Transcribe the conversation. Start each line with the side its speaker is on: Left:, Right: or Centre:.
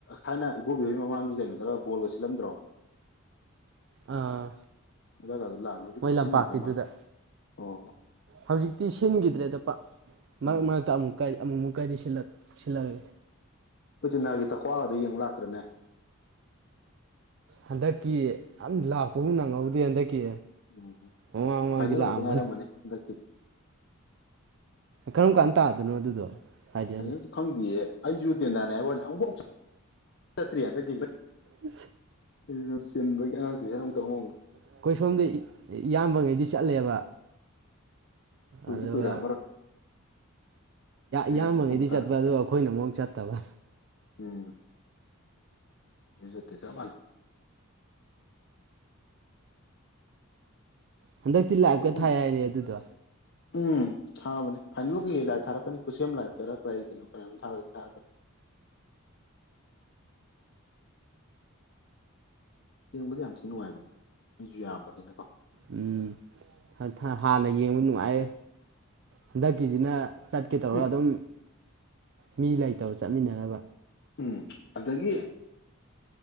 Left: ꯊꯥꯏꯅ ꯏꯕꯣꯕꯤꯕꯒꯤ ꯃꯃꯥꯡꯒꯤ ꯀꯩꯅꯣꯗꯒ ꯕꯣꯜꯒ ꯁꯤꯜꯂꯝꯗ꯭ꯔꯣ
Right: ꯑꯥ
Left: ꯑ ꯀꯗꯣ ꯂꯥꯛꯑꯝꯃꯦ ꯍꯧꯖꯤꯛꯄꯨꯗꯤ
Right: ꯃꯣꯏ ꯂꯝꯄꯥꯛꯀꯤꯗꯨꯗ
Left: ꯁꯤꯟꯈꯤꯗ꯭ꯔꯥ ꯃꯥꯜꯂꯦ ꯑꯣ
Right: ꯍꯧꯖꯤꯛꯇꯤ ꯁꯤꯟꯈꯤꯗ꯭ꯔꯦꯗ ꯄ ꯃꯔꯛ
Left: ꯎꯝ
Right: ꯃꯔꯛꯇ ꯑꯃꯨꯛꯀ ꯑꯃꯨꯛꯃꯨꯛ ꯀꯥꯏꯗꯤ ꯁꯤꯜꯂꯛꯑꯦ
Left: ꯣꯏꯇꯤꯟꯅꯥꯒꯤ ꯇꯀ꯭ꯋꯥ ꯑꯗꯨ ꯌꯦꯡꯉ ꯂꯥꯛꯇ꯭ꯔꯅꯦ
Right: ꯍꯟꯗꯛꯀꯤ ꯌꯥꯝ ꯂꯥꯛꯄꯕꯨ ꯅꯪꯍꯧꯗꯦ ꯍꯟꯗꯛꯀꯤ
Left: ꯎꯝ
Right: ꯃꯃꯥꯡ ꯃꯃꯥꯡꯗꯤ
Left: ꯐꯥꯏꯅꯦꯜ
Right: ꯂꯥꯛꯑꯝꯕꯅꯦ
Left: ꯈꯛꯇ ꯉꯥꯏꯔꯝꯕꯅꯤ ꯍꯟꯗꯛꯀꯤꯗꯤ
Right: ꯀꯔꯝ ꯀꯥꯟ ꯇꯥꯗꯣꯏꯅꯣ ꯑꯗꯨꯗꯣ ꯍꯥꯏꯗꯤ ꯑꯩꯈꯣꯏ
Left: ꯐꯥꯏꯅꯦꯜꯁꯨ ꯈꯪꯗꯦꯌꯦ ꯑꯩꯁꯨ ꯇꯦꯟꯗꯥꯅꯤ ꯍꯥꯏꯕ ꯋꯥꯅꯤ ꯑꯃꯨꯛꯐꯥꯎ ꯆꯠꯇ꯭ꯔꯤ ꯍꯟꯗꯛ
Right: ꯎ
Left: ꯑꯩꯩꯅ ꯆꯤꯟꯕꯒꯤ ꯑꯉꯥꯡꯇꯣ ꯍꯦ ꯑꯃꯨꯛꯇꯧ ꯑꯃꯃꯨꯛꯇ
Right: ꯑꯩꯈꯣꯏ ꯁꯣꯝꯗ ꯏꯌꯥꯝꯕꯉꯩꯗꯤ ꯆꯠꯂꯦꯕ
Left: ꯑꯣꯏꯣꯏꯗꯤ
Right: ꯑꯗꯨꯒ
Left: ꯀꯣꯏꯔꯃꯔꯦ
Right: ꯏꯌꯥꯝꯕꯉꯩꯗꯤ
Left: ꯍꯪꯆꯤꯠ ꯀꯨꯝꯕ ꯇꯥꯔꯛ
Right: ꯆꯠꯄ ꯑꯗꯣ ꯑꯩꯈꯣꯏꯅ ꯑꯃꯨꯛ ꯆꯠꯇꯕ
Left: ꯎꯝ ꯕꯤꯖꯇꯩ ꯆ ꯃꯥꯂ
Right: ꯍꯟꯗꯛꯇꯤ ꯂꯥꯏꯞꯀ
Left: ꯊꯣꯛꯄ
Right: ꯊꯥꯏ ꯍꯥꯏꯅꯦ ꯑꯗꯨꯗꯣ
Left: ꯎꯝ ꯊꯥꯕꯅꯦ ꯐꯥꯏꯅꯦꯜꯒꯤ ꯂꯥꯏꯞ ꯊꯥꯔꯛꯀꯅꯤ ꯈꯨꯠꯁꯦꯝ ꯂꯥꯏꯞꯇꯔ ꯀꯗꯥꯏꯗꯅꯣ ꯀ ꯊꯥꯔꯛꯀꯅꯤ ꯌꯦꯡꯕꯗ ꯌꯥꯝ ꯊꯤꯅ ꯅꯨꯡꯉꯥꯏꯕꯅꯤꯗ ꯃꯤꯁꯨ ꯌꯥꯝꯕꯅꯤꯅꯀꯣ
Right: ꯎꯝ ꯍꯥꯟꯅ ꯌꯦꯡꯕ ꯅꯨꯡꯉꯥꯏ ꯍꯟꯗꯛꯀꯤꯁꯤꯅ ꯆꯠꯀꯦ ꯇꯧꯔꯒ
Left: ꯎꯝ
Right: ꯑꯗꯨꯝ ꯃꯤ ꯂꯩꯇꯕ ꯆꯠꯃꯤꯟꯅꯅꯕ
Left: ꯎꯝ ꯑꯗꯒꯤ